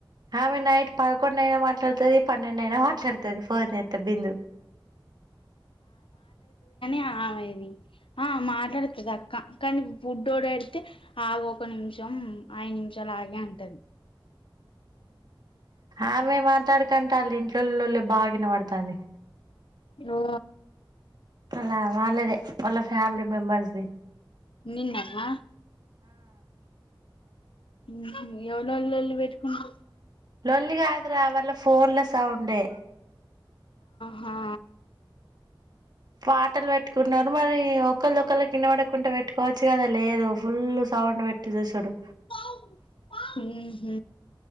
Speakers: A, on the right; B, on the left.
A: ఆమె నైట్ పదకొం అైనా మాట్లాడుతుది పన్నెండు అయినా చడతుది ఫోన్ చేస్తే బిందు
B: అమది ఆ మాట్లాడుతుంది అక్క కానీ బుడ్డోడు ఏడిస్తే ఆగ ఒక నిమిషం మొత్తం ఐదు నిమిషాలు ఆగే అంటది
A: ఆమె మాట్లాడకంటే వాళ్ళ ఇంట్లో బాగా వినబడతాంది
B: ఓ
A: అలా వాళ్ళేదే వాళ్ళ ఫ్యామిలీ మెంబెర్స్ది
B: నిన్నమ్మా ఎవరెవరో లొల్లి పెట్టుకుంటారు
A: లోలొల్లిగాదురా వళ్ళ ఫోన్ల సౌండే
B: హా
A: పాటలు పెట్టుకున్నారు మరి ఒకళ్ళొళ్ళ కిన్న పడకుంంటడా పెట్టుకోవచ్చు కదా లేదు ఫుల్ సౌండ్ పెట్టి చూశాడు
B: హ హ